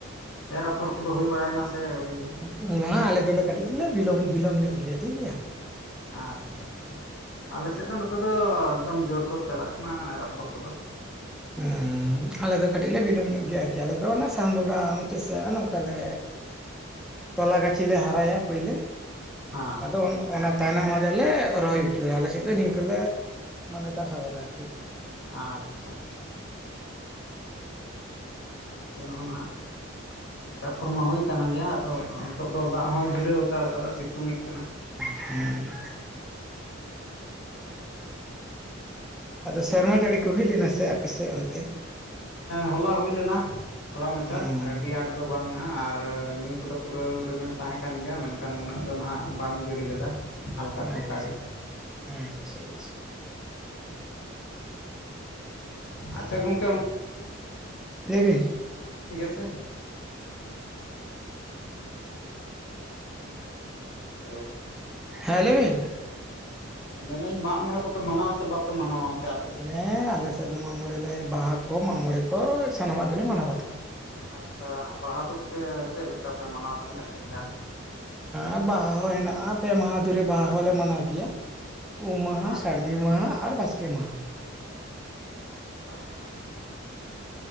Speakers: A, on the left; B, in the centre.
A: ᱮᱨ ᱟᱯᱷᱚᱨ ᱠᱚᱫᱚ ᱦᱩᱭ ᱵᱟᱲᱟᱭᱮᱱᱟ ᱥᱮ ᱟᱹᱣᱨᱤ
B: <inaudible> ᱟᱞᱮ ᱫᱚᱞᱮ ᱠᱟᱹᱴᱤᱡ ᱞᱮ ᱵᱤᱞᱚᱢ ᱵᱤᱞᱚᱢ ᱧᱚᱜ ᱜᱮᱭᱟ ᱴᱷᱤᱠ ᱜᱮᱭᱟ
A: ᱟᱪᱪᱷᱟ ᱟᱪᱪᱷᱟ ᱟᱞᱮ ᱥᱮᱫ ᱫᱚ ᱱᱚᱛᱮ ᱫᱚ ᱮᱠᱫᱚᱢ ᱡᱳᱨᱥᱳᱨ ᱪᱟᱞᱟᱜ ᱠᱟᱱᱟ ᱮᱨ ᱟᱯᱷᱚᱨ ᱠᱚᱫᱚ
B: <unintelligible> ᱟᱞᱮ ᱫᱚ ᱠᱟᱹᱴᱤᱡ ᱞᱮ ᱵᱤᱞᱚᱢ ᱧᱚᱜ ᱜᱮᱭᱟ ᱟᱨᱠᱤ ᱟᱞᱮ ᱫᱚ ᱚᱱᱮ ᱥᱟᱣᱚᱱ ᱵᱚᱸᱜᱟ ᱢᱩᱪᱟᱹᱫ ᱥᱮᱥ ᱚᱱᱮ ᱚᱝᱠᱟ ᱞᱮ ᱛᱚᱞᱟ ᱜᱟᱹᱪᱷᱤᱞ ᱞᱮ ᱦᱟᱨᱟᱭᱟ ᱯᱳᱭᱞᱟᱹ
A: ᱦᱮᱸ
B: ᱟᱫᱚ ᱚᱱᱟ ᱛᱟᱭᱱᱚᱢ ᱟᱫᱚᱞᱮ ᱨᱚᱦᱚᱭ ᱩᱪᱟᱹᱲᱟ ᱟᱞᱮ ᱥᱮᱫ ᱫᱚ ᱱᱤᱝᱠᱟᱹ ᱞᱮ ᱢᱟᱱᱮ ᱞᱮ ᱪᱟᱥ ᱟᱵᱟᱫᱟ ᱟᱨᱠᱤ
A: ᱟᱪᱪᱷᱟ ᱟᱪᱪᱷᱟ ᱦᱮᱸ ᱟᱞᱮ ᱥᱮᱱ ᱦᱚᱸ ᱱᱟᱦᱟᱜ ᱮᱨ ᱟᱯᱷᱚᱨ ᱢᱟ ᱦᱩᱭ ᱟᱠᱟᱱ ᱜᱮᱭᱟ ᱟᱫᱚ ᱱᱤᱛᱚᱜ ᱫᱚ ᱫᱟᱜ ᱦᱚᱸ ᱡᱤᱨᱟᱹᱣ ᱦᱟᱛᱟᱲ ᱠᱟᱫᱟ ᱥᱤᱛᱩᱝ ᱮ ᱠᱟᱱᱟ
B: ᱦᱮᱸ ᱟᱫᱚ ᱥᱮᱨᱢᱟ ᱡᱟᱹᱲᱤ ᱠᱚ ᱦᱩᱭ ᱞᱮᱱᱟ ᱥᱮ ᱟᱯᱮ ᱥᱮᱫ ᱚᱱᱛᱮ
A: ᱦᱚᱞᱟ ᱦᱩᱭ ᱞᱮᱱᱟ ᱛᱷᱚᱲᱟ ᱢᱟᱪᱷᱟ
B: ᱦᱩᱸ
A: ᱟᱹᱰᱤ ᱟᱸᱴ ᱫᱚ ᱵᱟᱝ ᱱᱟᱟᱜ ᱟᱨ ᱨᱤᱢᱤᱞ ᱠᱚᱫᱚ ᱯᱩᱨᱟᱹ ᱨᱤᱢᱤᱞ ᱛᱟᱦᱮᱸ ᱠᱟᱱ ᱜᱮᱭᱟ ᱢᱮᱱᱠᱷᱟᱱ ᱩᱱᱟᱹᱜ ᱫᱚ ᱱᱟᱦᱟᱜ ᱵᱟᱝ ᱡᱟᱹᱲᱤ ᱞᱮᱫᱟ ᱦᱟᱞᱠᱟ
B: ᱟᱪᱪᱷᱟ
A: ᱯᱩᱞᱠᱟ ᱜᱮ
B: ᱟᱪᱪᱷᱟ ᱟᱪᱪᱷᱟ
A: ᱟᱪᱪᱷᱟ ᱜᱚᱝᱠᱮ
B: ᱞᱟᱹᱭ ᱵᱮᱱ
A: ᱜᱮᱭᱟ ᱥᱮ ᱦᱮᱞᱳ
B: ᱦᱮᱸ ᱞᱟᱹᱭ‌ ᱵᱤᱱ
A: ᱢᱮᱱᱟᱹᱧ ᱢᱟᱜ ᱢᱚᱬᱮ ᱠᱚᱯᱮ ᱢᱟᱱᱟᱣᱟ ᱥᱮ ᱵᱟᱯᱮ ᱢᱟᱱᱟᱣᱟ ᱚᱱᱛᱮ ᱥᱮᱫ
B: ᱦᱮᱸ ᱟᱞᱮ ᱥᱮᱫ ᱫᱚ ᱢᱟᱜ ᱢᱚᱬᱮ ᱞᱮ ᱵᱟᱦᱟ ᱠᱚ ᱢᱟᱜ ᱢᱚᱬᱮ ᱠᱚ ᱥᱟᱱᱟᱢᱟᱜ ᱜᱮᱞᱮ ᱢᱟᱱᱟᱣ ᱵᱟᱛᱟᱣᱟ
A: ᱟᱪᱪᱷᱟ ᱵᱟᱦᱟ ᱫᱚ ᱯᱮ ᱪᱮᱫ ᱞᱮᱠᱟ ᱯᱮ ᱢᱟᱱᱟᱣᱟ ᱛᱤᱱᱟᱹᱜ ᱫᱤᱱ ᱜᱟᱱ
B: ᱮᱸ ᱵᱟᱦᱟ ᱦᱚᱸ ᱦᱮᱱᱟᱜᱼᱟ ᱯᱮ ᱢᱟᱦᱟ ᱫᱷᱚᱨᱮ ᱵᱟᱦᱟ ᱦᱚᱞᱮ ᱢᱟᱱᱟᱣ ᱜᱮᱭᱟ ᱩᱢ ᱢᱟᱦᱟ
A: ᱟᱨ
B: ᱥᱟᱹᱨᱫᱤ ᱫᱤ ᱢᱟᱦᱟ ᱟᱨ ᱵᱟᱥᱠᱮ ᱢᱟᱦᱟ
A: ᱟᱪᱪᱷᱟ ᱟᱪᱪᱷᱟ